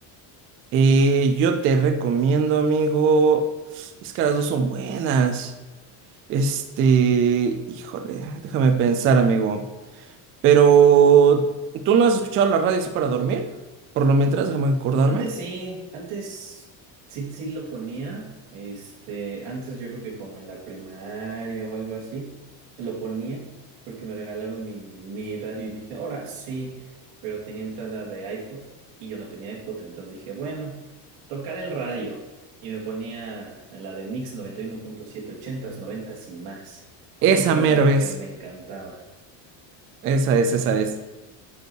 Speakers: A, on the right (about 30°); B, on the right (about 85°).
A: eh, yo te recomiendo, amigo. Es que las dos son buenas. Este, híjole, déjame pensar, amigo. Pero, ¿tú no has escuchado la radio así para dormir? Por lo mientras, déjame acordarme.
B: Antes sí, antes sí, sí lo ponía. Este, antes yo creo que como en la primaria o algo así, lo ponía porque me regalaron mi, mi radio y dije, ahora sí, pero tenía entrada de iPod y yo no tenía iPod, entonces dije, bueno, tocar el radio. Y me ponía la de Mix noventa y uno punto siete ochentas noventas y más.
A: Esa
B: Esa era
A: mero
B: la que
A: es.
B: me encantaba.
A: Esa es, esa es.